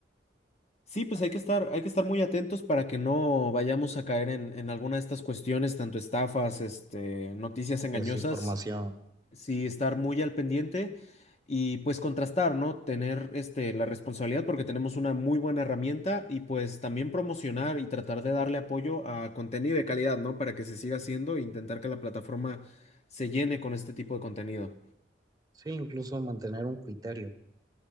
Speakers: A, on the left; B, on the right.
A: Sí, pues hay que estar, hay que estar muy atentos para que no vayamos a caer en, en alguna de estas cuestiones, tanto estafas, este, noticias engañosas.
B: de su información.
A: Sí, estar muy al pendiente y pues contrastar, ¿no? Tener este, la responsabilidad porque tenemos una muy buena herramienta y pues también promocionar y tratar de darle apoyo a contenido de calidad, ¿no? Para que se siga haciendo e intentar que la plataforma se llene con este tipo de contenido.
B: Sí, incluso mantener un criterio.